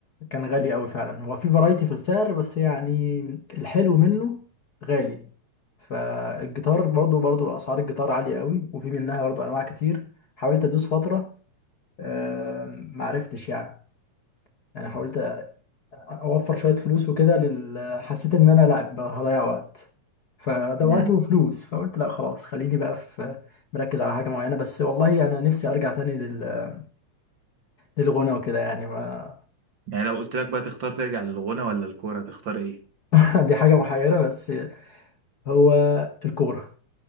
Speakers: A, on the left (about 40°); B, on the right (about 40°).
A: كان غالي قوي فعلا هو في فرايتي في السعر بس يعني الحلو منه غالي فالجيتار برضو برضو اسعار الجيتار عاليه قوي وفي منها برضو انواع كتير حاولت ادوس فتره آه، معرفتش يعني يعني حاولت اوفر شويه فلوس وكده لل... حسيت ان انا لا بقى هضيع وقت فده
B: امم
A: وقت وفلوس فقلت لا خلاص خليني بقى في مركز على حاجه معينه بس والله انا نفسي ارجع تاني لل... للغنى وكده يعني ما
B: يعني لو قلت لك بقى تختار ترجع للغنى ولا الكوره تختار ايه
A: <laughs> دي حاجه محيره بس هو الكوره